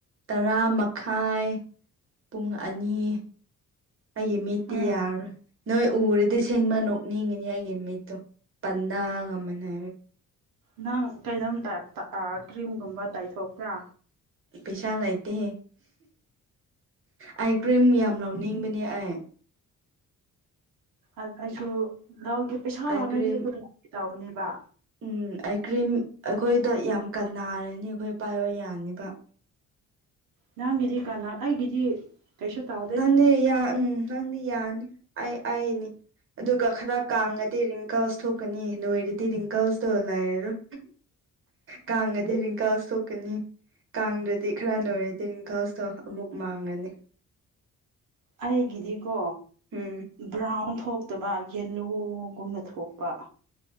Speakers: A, on the right; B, on the right.
A: ꯇꯔꯥ ꯃꯈꯥꯏ ꯄꯨꯡ ꯑꯅꯤ ꯑꯩꯒꯤ ꯃꯤꯠꯇꯤ
B: ꯎꯝ
A: ꯌꯥꯔꯣꯏ ꯅꯣꯏ ꯎꯔꯗꯤ ꯁꯤꯡꯃ ꯅ ꯍꯦꯒ ꯏꯃꯤꯦꯣ ꯄꯟꯒ ꯃꯅꯦ
B: ꯅꯪ ꯀꯩꯅꯣꯝꯇ ꯀ꯭ꯔꯤꯝꯒꯨꯝꯕ ꯇꯥꯏꯊꯣꯛꯄ꯭ꯔꯥ
A: ꯄꯩꯁꯥ ꯂꯥꯏꯇꯍꯦ ꯑꯥꯏ ꯀ꯭ꯔꯤꯝ ꯌꯥꯝ ꯂꯧꯅꯤꯡꯕꯅꯦ ꯑꯦ
B: ꯑꯩꯁꯨ ꯂꯎꯗꯦ ꯄꯩꯁꯥ
A: ꯑꯥꯏ
B: ꯃꯥꯡꯅꯔꯤ
A: ꯀ꯭ꯔꯤꯝ
B: ꯑꯗꯨ ꯂꯧ ꯇꯕꯅꯦꯕ
A: ꯎꯝ ꯑꯩ ꯀ꯭ꯔꯤꯝ ꯑꯩꯈꯣꯏꯗ ꯌꯥꯝ ꯀꯟꯅꯔꯅꯤ ꯑꯩꯈꯣꯏ ꯄꯥꯏꯕ ꯌꯥꯅꯤꯕ <unintelligible>
B: ꯅꯪꯒꯤꯗꯤ ꯀꯅꯥ ꯑꯩꯒꯤꯗꯤ ꯀꯩꯁꯨ ꯇꯧꯗꯦ
A: ꯅꯪꯗꯤ ꯎꯝ ꯅꯪꯗꯤ ꯌꯥꯅꯤ ꯑꯩ ꯑꯩꯅꯤ ꯑꯗꯨꯒ ꯈꯔ ꯀꯥꯡꯉꯗꯤ ꯔꯤꯡꯀꯜꯁ ꯊꯣꯛꯀꯅꯤ ꯅꯣꯏꯔꯗꯤ ꯔꯤꯡꯀꯜꯁꯇꯣ ꯂꯥꯏꯔꯔꯣꯏ ꯀ ꯉꯗꯔꯤ ꯏꯪ ꯀꯁꯣ ꯅꯤ ꯀꯥꯡꯗ꯭ꯔꯗꯤ ꯈꯔ ꯅꯣꯏꯔꯦꯗꯤ ꯔꯤꯀꯥꯁꯇꯣ ꯑꯃꯨꯛ ꯃꯥꯡꯉꯅꯤ
B: ꯑꯩꯒꯤꯗꯤꯀꯣ
A: ꯎꯝ
B: ꯕ꯭ꯔꯥꯎꯟ ꯄꯥꯡꯊꯣꯛꯇꯕ ꯌꯦꯜꯂꯨꯒꯨꯝꯅ ꯊꯣꯛꯄ